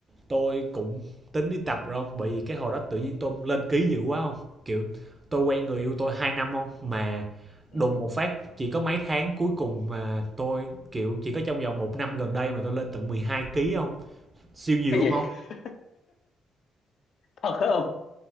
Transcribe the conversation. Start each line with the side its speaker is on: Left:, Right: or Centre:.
Right: tôi cũng tính đi tập rồi ông, bởi vì cái hồi đó tự nhiên tôi lên ký dữ quá ông, kiểu tôi quen người yêu tôi 2 năm ông mà
Left: ừ.
Right: đùng một phát chỉ có mấy tháng cuối cùng mà tôi kiểu chỉ có trong vòng một năm gần đây mà tôi lên tận 12 ký ông, siêu nhiều
Left: cái
Right: luôn
Left: gì <laughs> thật hả không